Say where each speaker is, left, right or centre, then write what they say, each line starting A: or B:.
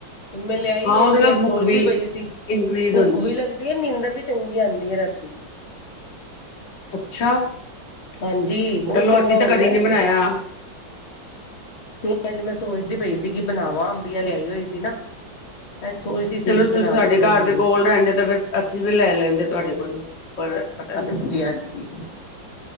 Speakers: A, on the left; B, on the left.
A: ਹੁਣ ਮੈਂ ਲਿਆਈ
B: ਹਾਂ
A: ਹੋਈ
B: ਉਹਦੇ
A: ਸੀ
B: ਨਾਲ
A: ਅੱਜ
B: ਭੁੱਖ
A: ਸੋਚਦੀ
B: ਵੀ
A: ਪਈ ਸੀ
B: ਇਨਕਰੀਜ਼
A: ਭੁੱਖ
B: ਹੁੰਦੀ
A: ਵੀ ਲੱਗਦੀ ਹੈ ਨੀਂਦਰ ਵੀ ਚੰਗੀ ਆਉਂਦੀ ਏ ਰਾਤੀ
B: ਅੱਛਾ
A: ਹਾਂਜੀ ਬਹੁਤ
B: ਚਲੋ
A: ਚੰਗਾ
B: ਅਸੀਂ
A: ਹੁੰਦਾ
B: ਤਾਂ ਕਦੀ ਨਹੀਂ
A: ਏ
B: ਬਣਾਇਆ
A: ਤੇ ਤੇ ਅਜੇ ਮੈਂ ਸੋਚਦੀ ਪਈ ਸੀ ਕਿ ਬਣਾਵਾਂ ਅੰਬੀਆਂ ਲਿਆਈ ਹੋਈ ਸੀ ਨਾ ਅ ਸੋਚਦੀ ਸੀ
B: ਚਲੋ
A: ਕਿ ਬਣਾਵਾ
B: ਤੁਸੀਂ ਸਾਡੇ
A: ਥੋੜਾ
B: ਘਰ
A: ਵੀ
B: ਦੇ ਕੋਲ ਰਹਿੰਦੇ ਤਾਂ ਫਿਰ ਅਸੀਂ ਵੀ ਲੈ ਲੈਂਦੇ ਤੁਹਾਡੇ ਕੋਲੋਂ ਪਰ ਪਤਾ
A: ਹਾਂਜੀ-ਹਾਂਜੀ
B: ਨੀ